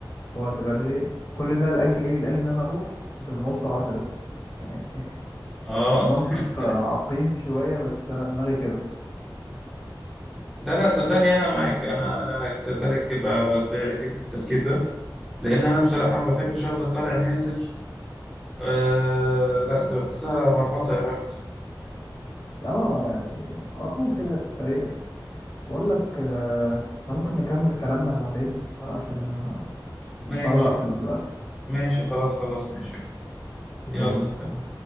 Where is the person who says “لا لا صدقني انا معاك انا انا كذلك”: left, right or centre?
Centre